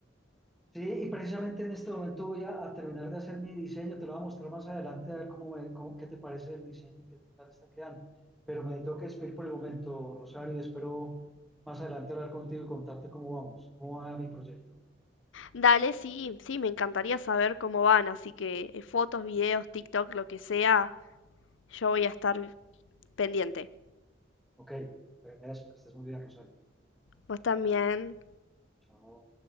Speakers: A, in the centre; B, on the left.
A: Sí, y precisamente en este momento voy a, a terminar de hacer mi diseño, te lo voy a mostrar más adelante, a ver cómo me, cómo- qué te parece el diseño y qué tal está quedando. Pero me tengo que despedir por el momento, Rosario, y espero más adelante hablar contigo y contarte cómo vamos, cómo va mi proyecto.
B: Dale, sí, sí, me encantaría saber cómo van, así que eh, fotos, videos, TikTok, lo que sea, yo voy a estar pendiente.
A: Ok, te agradezco, que estés muy bien, Rosario.
B: Vos también.
A: Chao.